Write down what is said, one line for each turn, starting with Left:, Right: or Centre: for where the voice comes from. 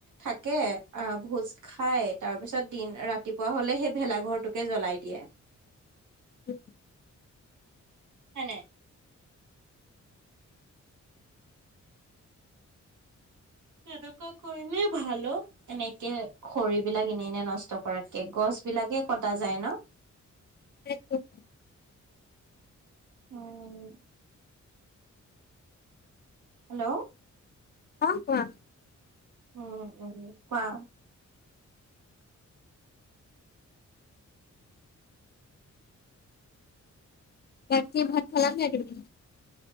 Right: থাকে আহ ভোজ খাই, তাৰপিছত দিন ৰাতিপুৱা হ'লে সেই ভেলাঘৰটোকে জ্বলাই দিয়ে।
Left: উম,
Right: হয়, নাই। তেনেকুৱা কৰিলেই ভাল অ, এনেকে খৰিবিলাক এনে এনে নষ্ট। কৰাতকে গছ বিলাকে কটা যায় ন,
Left: <inaudible>
Right: উম, হেল্ল,
Left: অ, কোৱা।
Right: উম, উম, কোৱা।
Left: ৰাতি ভাত খাল নে নাই তুমি?